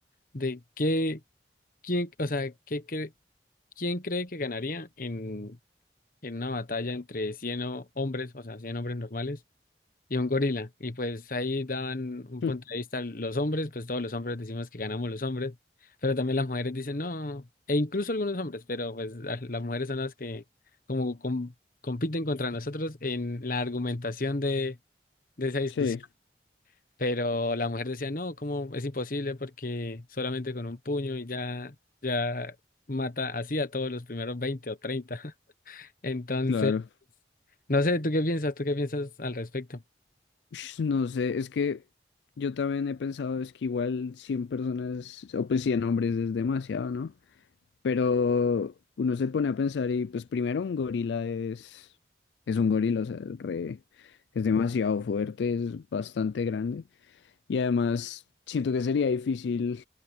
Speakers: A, on the left; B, on the left.
A: de qué, quién, o sea, qué, cre- quién cree que ganaría en, en una batalla entre 100 o- hombres, o sea, 100 hombres normales y un gorila. Y pues ahí daban un
B: Hm,
A: punto de vista los hombres, pues todos los hombres decimos que ganamos los hombres, pero también las mujeres dicen no, e incluso algunos hombres, pero pues la- las mujeres son las que como com- compiten contra nosotros en la argumentación de, de esa discusión.
B: Sí,
A: Pero la mujer decía, no, como es imposible porque solamente con un puño y ya, ya mata así a todos los primeros 20 o treinta <laughs> Entonces,
B: claro.
A: no sé, ¿tú qué piensas? ¿Tú qué piensas al respecto?
B: Ush, No sé, es que yo también he pensado, es que igual 100 personas, o pues 100 hombres es demasiado, ¿no? Pero uno se pone a pensar y pues primero un gorila es, es un gorila, o sea, re- es demasiado fuerte, es bastante grande. Y además siento que sería difícil